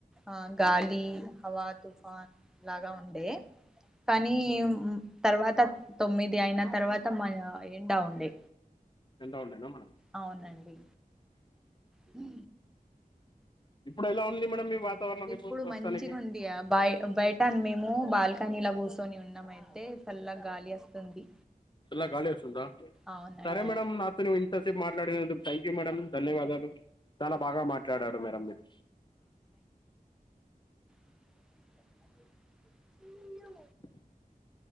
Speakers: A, in the centre; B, on the left.
A: ఆ గాలి అవా తుఫాన్ లాగా ఉంది లే కానీ తర్వాత తొమ్మిది అయిన తర్వాత మల్ల ఎండా ఉండె
B: ఎండ ఉండనే అమ్మ
A: అవునండి హు
B: ఇప్పుడు ఎలా ఉంది మేడం మీ వాతావరణం
A: ఇప్పుడు
B: ప్రస్తుతానికి
A: మంచిగా ఉంది బయ బయట మేము బాల్కనీల కూసు కుకొని ఉన్నాము అయితే చల్ల గాలి వస్తుంది
B: చల్ల గాలి వస్తుందా
A: అవునండి
B: సరే మేడమ్ నాతోని ఇంత ఎంతసేపు మాట్లాడినందుకు థ్యాంక్యూ మేడం ధన్యవాదాలు చాలా బాగా మాట్లాడారు మేడం మీరు
A: స
B: <inaudible>